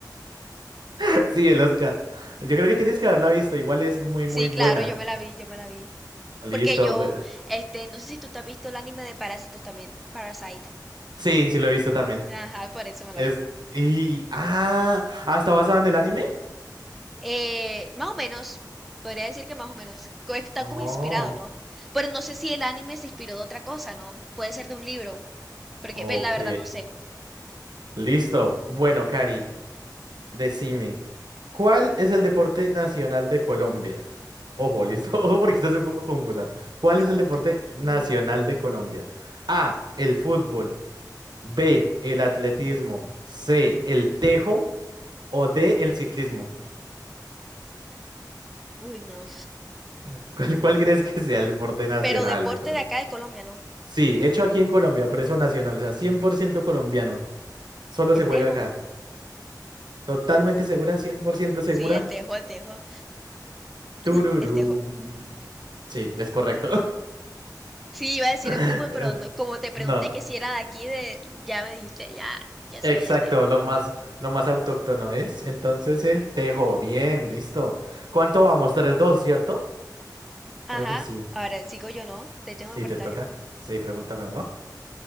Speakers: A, on the right; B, in the centre.
A: <laughs> Sí, el Oscar. Yo creo que tienes que haberla visto. Igual es muy,
B: Sí,
A: muy buena.
B: claro, yo me la vi, yo me la vi.
A: Listo.
B: Porque yo,
A: bueno.
B: este, no sé si tú te has visto el anime de Parásitos también, Parasite.
A: Sí, sí lo he visto también.
B: Ajá, por eso me la
A: Es...
B: vi.
A: Y... Ah, ah, ¿está basada en el anime?
B: Eh, más o menos, podría decir que más o menos. co- Está
A: Oh,
B: como inspirado, ¿no? Pero no sé si el anime se inspiró de otra cosa, ¿no? Puede ser de un libro. Porque,
A: ok.
B: ve, la verdad, no sé.
A: Listo. Bueno, Cari, decime, ¿cuál es el deporte nacional de Colombia? Ojo, listo. <laughs> Ojo porque estás un poco confusa. ¿Cuál
B: Deporte,
A: es el deporte nacional
B: uy,
A: de Colombia? A, el fútbol. B, el atletismo. C, el tejo. O D, el ciclismo.
B: uy, no.
A: <laughs> ¿Cuál, cuál crees que sea el deporte nacional
B: Pero deporte
A: de Colombia?
B: de acá de Colombia, ¿no?
A: Sí, hecho aquí en Colombia, por eso nacional, o sea, 100% colombiano. Solo
B: El
A: se juega
B: tejo.
A: acá. Totalmente segura, 100%
B: Sí,
A: segura.
B: el tejo, el tejo. <clears throat>
A: Tururú.
B: El tejo.
A: Sí, es correcto.
B: Sí, iba a decir
A: <laughs>
B: el fútbol, pero no, como te pregunté
A: No.
B: que si era de aquí, de, ya me dijiste, ya, ya sabía
A: Exacto,
B: el tejo.
A: lo más, lo más autóctono es. Entonces el tejo, bien, listo. ¿Cuánto vamos? tres, dos, ¿cierto?
B: Ajá,
A: Creo que sí.
B: ahora sigo yo, ¿no? Te tengo que
A: Sí,
B: preguntar
A: te toca.
B: yo.
A: Sí, pregúntame algo.